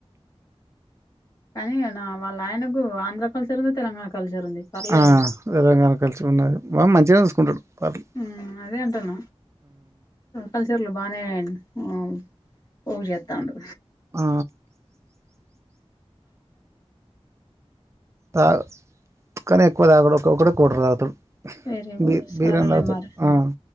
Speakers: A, on the left (about 35°); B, on the right (about 25°).
A: కానీ నా వాళ్ళ ఆయనకు ఆంధ్ర కల్చర్ ఉంది తెలంగాణ కలిసర్ ఉంది పర్లేదు
B: ఆ తెలంగాణ కలిసి ఉన్నది వాడు మంచిగానే చూసుకుంటాడు పర్లే
A: అ అదే అంటన కల్చర్లు బానే ఉమ్ పోగుజేత్తా ఉండు
B: ఆ తాగ్ కానీ ఎక్కువ తాగడు బక్కటే క్వటర్ తాగుతాడు
A: వెరీగుడ్
B: బీ
A: సరె
B: బీర్ అని
A: లే
B: తాగుతాడు
A: మరి